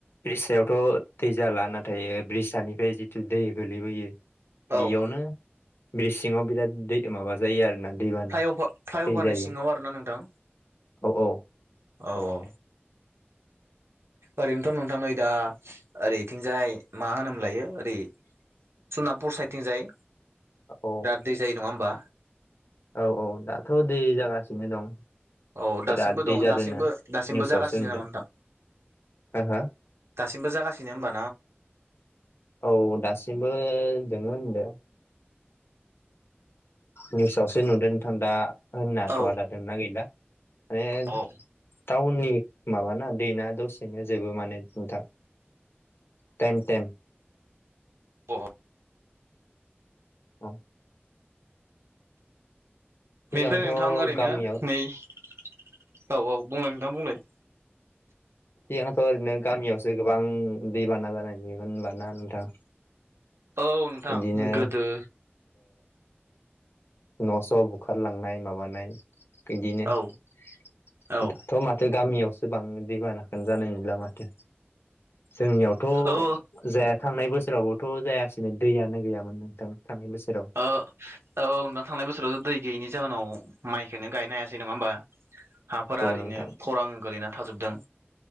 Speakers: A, on the left; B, on the right.
A: ब्रिज सायावथ' दै जाला नाथाय ब्रिज्सानिफ्राय जिथु दै गोलैबोयो।
B: औ
A: बेयावनो ब्रिसि सिङाव बिराद दै माबा। जायो आरोोना दैबाना
B: फ्लाइअभार फ्लाइअभारनि
A: दै जायो
B: सिङाव आरोना नोंथां
A: औ औ।
B: औ औ। ओरैनोथ' नोंथां नै दा ओरैथिंजाय मा होनोम लायो ओरै। सनापुर साइडथिं जायो
A: औ।
B: दै जायो नङा होनोमबा
A: औ औ दाथ' दै जागासिनो दं।
B: औ
A: बिराद
B: दासिमबो दं
A: दै जादोंनो
B: दासिमबो दासिमबो
A: निउसावसो
B: जागासिनो
A: नुदों
B: नामा नोंथां।
A: हो हो
B: दासिमबो जागासिनो होनबा
A: औ दासिमबो जोङो होनदों। निउसावसो नुदोंोंथां दा होननााथ'
B: औ
A: आ दादोंना गैला माने।
B: औ
A: टाउननि माबाना दैना दसेनो जोबो माने जोंथा। टाइम टाइम
B: अ
A: औ। सिगांथ'
B: बेनिफ्राय नोंथां ओरैनो
A: गामियाव
B: नै औ औ बुंलाय नोंथां बुंलाय।
A: सिगांथ' ओरैनो गामियावसो गोबां दैबाना जानायोनबाना नोंथां।
B: औ नोंथां
A: बिदिनो
B: गोदो।
A: न'स' बुखारलांनाय माबानाय। बिदिनो द
B: औ औ
A: थ' माथो गामियावसो बांनो दैमानाखोन जानाय नंला माथो। जोंनियावथ'
B: ओ
A: जाया थांनाय बोसोरावबोथ' जायै। दिदिनो दैयानो गैयामोन नोंथां थांनाय बोसोराव
B: औ ना थांनाय बोसोरावथ' दै गैयैनि जाहोनाव। माइखोनो गायनो हायासै नङा होमबा हाफोरा
A: औ
B: ओरैनो
A: नोंथां
B: खरां गोलैना थाजोबदों।